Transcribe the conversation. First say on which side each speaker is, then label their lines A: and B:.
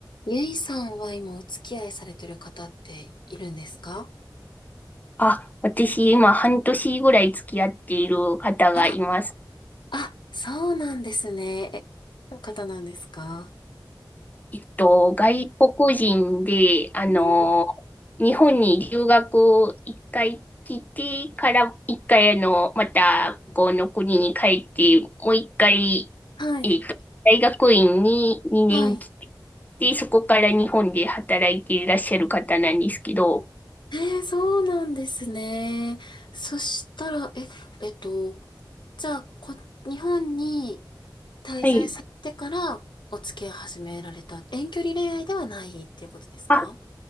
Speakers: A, on the left; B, on the left.
A: ゆいさんは今お付き合いされてる方っているんですか
B: あ、私、今、半年ぐらい付き合っている方がいます。
A: あ、あ、そうなんですね。え、どんな方なんですか
B: えっと、外国人で、あの、
A: ね
B: 日本に留学一回来てから、一回、あの、また、向こうの国に帰って、もう一回、
A: はい。
B: えっと、大学院に2年来て、
A: はい。
B: で、そこから日本で働いていらっしゃる方なんですけど、
A: えーそうなんですね。そしたら、え、えっと、じゃあ、こ、日本に滞在されてからお付き合い始められた遠距離恋愛ではないっていうことですか
B: はい。あ、